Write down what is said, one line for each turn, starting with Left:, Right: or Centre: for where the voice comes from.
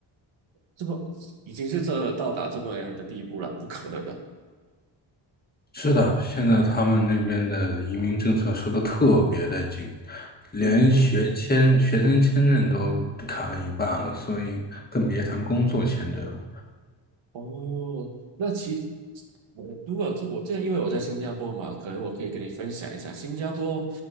Right: 这么已经是这到达这么样的地步了，不可能的，
Left: 是的，现在他们那边的移民政策收的特别的紧，连学签、
Right: 嗯。
Left: 学生签证都砍了一半了，所以更别谈工作签证了。
Right: 哦，那其实我如果这我这因为我在新加坡嘛，可能我可以跟你分享一下新加坡